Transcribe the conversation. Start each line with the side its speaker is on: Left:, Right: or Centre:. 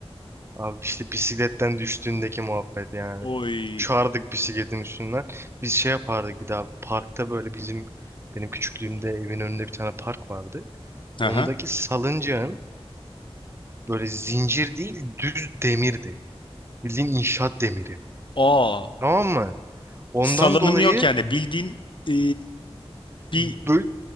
Right: Abi işte bisikletten düştüğündeki muhabbet yani.
Left: Oy.
Right: Çağırdık bisikletin üstünden. Biz şey yapardık bir daha. Parkta böyle bizim benim küçüklüğümde evin önünde bir tane park vardı.
Left: Aha.
Right: Ondaki salıncağın böyle zincir değil düz demirdi. Bildiğin inşaat demiri.
Left: Aa.
Right: Tamam mı? Ondan
Left: Salanım
Right: dolayı
Left: yok yani bildiğin e,
Right: böyle
Left: bir